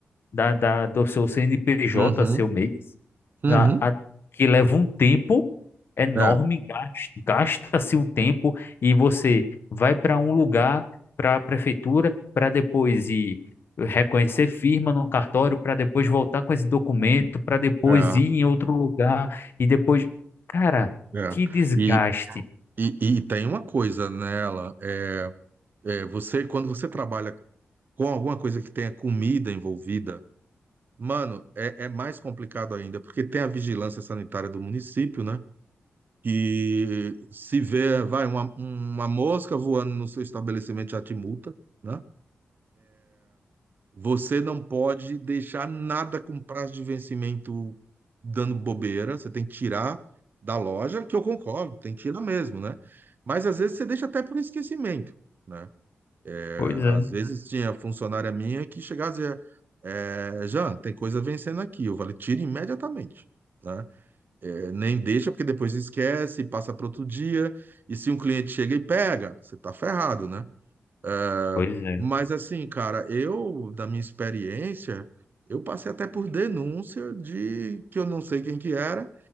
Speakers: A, on the left; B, on the right.
A: da, da, do seu CNPJ,
B: Uhum,
A: seu MEI,
B: uhum.
A: a- a- que leva um tempo enorme,
B: É,
A: gas- gasta-se um tempo e você vai para um lugar, para a prefeitura, para depois ir reconhecer firma no cartório, para depois voltar com esse documento, para depois
B: é,
A: ir em outro lugar e depois, cara,
B: é.
A: que desgaste.
B: E, e, e tem uma coisa nela. É, é, você, quando você trabalha com alguma coisa que tenha comida envolvida, mano, é, é mais complicado ainda, porque tem a vigilância sanitária do município, né? que se vê, vai, uma, uma mosca voando no seu estabelecimento já te multa, né? Você não pode deixar nada com prazo de vencimento dando bobeira, você tem que tirar da loja, que eu concordo, tem que tirar mesmo, né? Mas às vezes você deixa até por esquecimento, né? É,
A: Pois é.
B: Às vezes tinha funcionária minha que chegava e dizia, é, Jean, tem coisa vencendo aqui, eu falei, tira imediatamente, né? É, nem deixa, porque depois esquece, passa para outro dia, e se um cliente chega e pega, você tá ferrado, né? É,
A: Pois é.
B: Mas assim, cara, eu, da minha experiência, eu passei até por denúncia de que eu não sei quem que era,